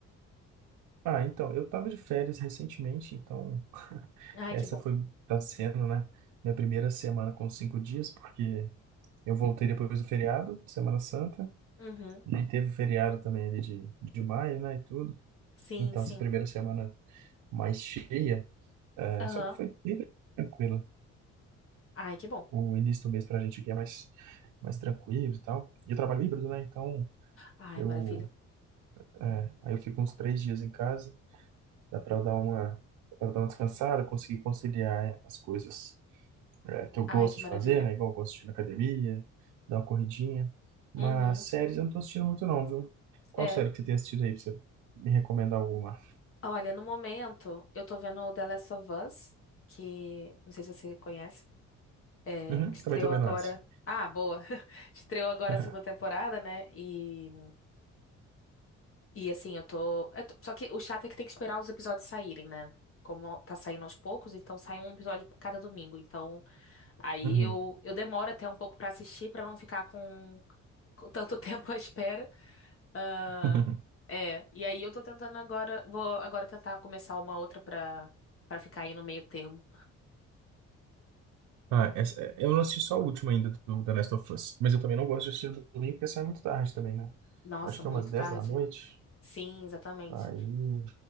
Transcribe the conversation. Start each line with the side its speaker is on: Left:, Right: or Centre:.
Right: Ah, então, eu tava de férias recentemente, então
Left: Ai,
Right: essa
Left: que bom.
Right: foi, tá sendo, né, minha primeira semana com cinco dias, porque eu voltei depois do feriado, Semana Santa,
Left: Uhum.
Right: e teve o feriado também ali de, de maio, né, e tudo.
Left: Sim,
Right: Então,
Left: sim.
Right: essa primeira semana mais cheia, é,
Left: Aham.
Right: só que foi bem tranquila.
Left: Ai, que bom.
Right: O início do mês pra gente aqui é mais, mais tranquilo e tal. E eu trabalho híbrido, né, então
Left: Ai,
Right: Eu,
Left: maravilha.
Right: é, aí eu fico uns três dias em casa, dá pra eu dar uma, dá pra eu dar uma descansada, conseguir conciliar as coisas, é, que eu
Left: Ai,
Right: gosto
Left: que
Right: de
Left: maravilha.
Right: fazer, né? Igual eu gosto de ir na academia, dar uma corridinha. Mas
Left: Uhum.
Right: séries eu não tô assistindo muito não, viu? Qual
Left: É.
Right: série que você tem assistido aí pra você me recomendar alguma?
Left: Olha, no momento, eu tô vendo o The Last of Us, que não sei se você conhece. É,
Right: Uhum,
Left: estreou
Right: também tô vendo
Left: agora.
Right: essa.
Left: Ah, boa. <laughs> Estreou agora
Right: <laughs>
Left: a segunda temporada, né? E, e assim, eu tô... eu tô- Só que o chato é que tem que esperar os episódios saírem, né? Como tá saindo aos poucos, então sai um episódio cada domingo. Então, aí
Right: Uhum.
Left: eu, eu demoro até um pouco pra assistir, pra não ficar com, com tanto <laughs> tempo à espera. Ah,
Right: <laughs>
Left: é, e aí eu tô tentando agora, vou agora tentar começar uma outra pra, pra ficar aí no meio termo.
Right: Ah, essa, é- eu não assisti só a última ainda do The Last of Us, mas eu também não gosto de assistir no domingo porque sai muito tarde também, né?
Left: Nossa,
Right: Acho
Left: muito
Right: que é umas 10
Left: tarde.
Right: da noite.
Left: Sim, exatamente.
Right: Aí.